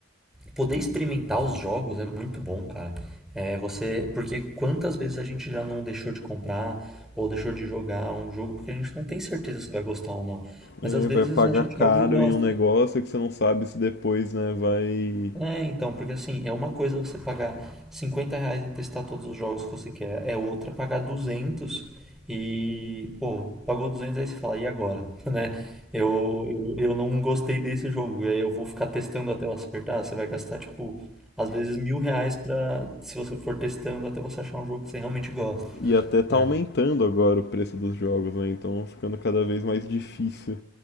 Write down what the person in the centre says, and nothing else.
Poder experimentar os jogos é muito bom, cara. É, você, porque quantas vezes a gente já não deixou de comprar ou deixou de jogar um jogo porque a gente não tem certeza se vai gostar ou não.
Mas às vezes
a gente
joga e gosta.
É, então, porque assim, é uma coisa você pagar 50 reais e testar todos os jogos que você quer, é outra pagar 200 e, pô, pagou 200 aí você fala, e agora? <laughs> Né? Eu, eu, eu não gostei desse jogo, e aí eu vou ficar testando até eu acertar, você vai gastar, tipo, às vezes mil reais pra, se você for testando até você achar um jogo que você realmente gosta,
né?